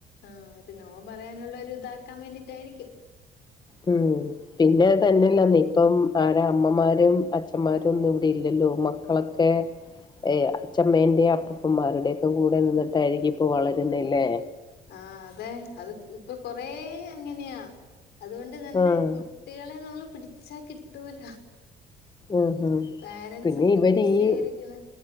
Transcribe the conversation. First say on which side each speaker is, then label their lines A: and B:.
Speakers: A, on the left (about 75°); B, on the left (about 25°).
A: ആ ഒരു നോ പറയാനുള്ള ഇത് ആ കമന്റ്റിടായിരിക്കും
B: ഉം പിന്നെ തന്നെയല്ല ഇപ്പം ആര അമ്മമാരും അച്ഛന്മാരും ഒന്നും ഇവിടെ ഇല്ലല്ലോ മക്കളൊക്കെ അച്ഛമ്മേന്റെയും അപ്പപ്പമാരുടെൊക്കെ കൂടെ നിന്നിട്ടായിരിക്കും ഇപ്പൊ വളരുന്നില്ലേ
A: ആ അതെ അത് ഇപ്പൊ കൊറ അങ്ങനെയാ അതുകൊണ്ട് തന്നെ
B: ആഹ്
A: കുട്ടികളെ നമ്മള് പിടിച്ചാ കിട്ടൂല
B: ആഹ്
A: പാരെന്റ്സ്
B: പിന്നെ
A: ഒക്കെ
B: ഇവര്
A: ബിസി
B: ഈ
A: ആയിരിക്കുന്ന